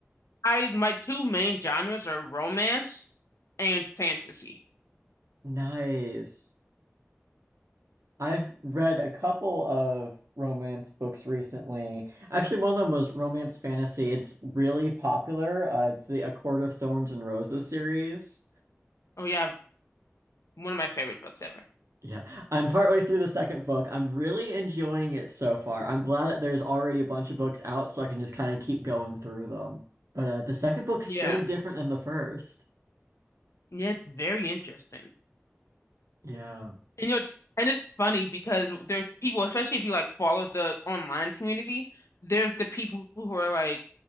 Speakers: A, on the left (about 80°); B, on the right (about 85°).
A: I my two main genres are romance and fantasy.
B: Nice. I've read a couple of romance books recently. Actually, one of them was romance fantasy. It's really popular. Uh, it's the A Court of Thorns and Roses series.
A: Oh yeah, one of my favorite books ever.
B: Yeah, I'm partway through the second book. I'm really enjoying it so far. I'm glad that there's already a bunch of books out, so I can just kind of keep going through them. But uh, the second book's
A: Yeah.
B: so different than the first.
A: Yeah, it's very interesting.
B: Yeah,
A: And you know, it's and it's funny because there's people, especially if you like follow the online community, there's the people who are like,